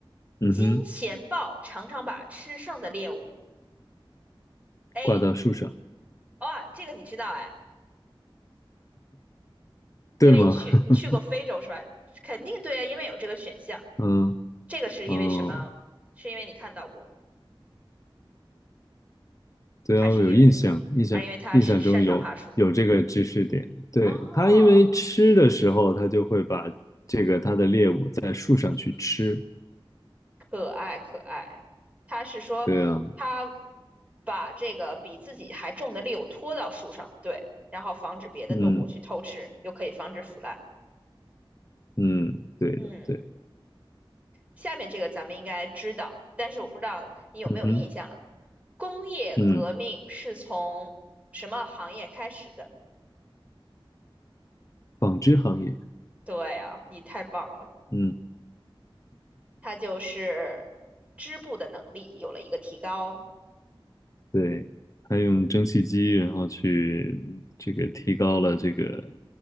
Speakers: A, on the left; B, on the right.
A: 嗯哼，
B: 金钱豹常常把吃剩的猎物 A，
A: 挂到树上，
B: 哇，这个你知道哎，因为你去你去过非洲是吧？
A: 对吗？<laughs>
B: 肯定对啊，因为有这个选项。
A: 嗯
B: 这个是因为什么？
A: 哦，
B: 是因为你看到过，
A: 对啊，
B: 还是因为还是因为它是擅长爬树？
A: 我有印象，印象印象中有有这个知识点。对，
B: 哦，
A: 它因为吃的时候，它就会把这个它的猎物在树上去吃。
B: 可爱可爱。他是说他
A: 对啊，
B: 把这个比自己还重的猎物拖到树上，对，然后防止别的动物去偷吃，
A: 嗯
B: 又可以防止腐烂。
A: 嗯，对的，
B: 嗯，
A: 对，
B: 下面这个咱们应该知道，但是我不知道你有没有印象了。
A: 嗯哼，
B: 工业革命是从什么行业开始的？
A: 嗯，纺织行业，
B: 对啊，你太棒了，
A: 嗯，
B: 它就是织布的能力有了一个提高。
A: 对，它用蒸汽机，然后去这个提高了这个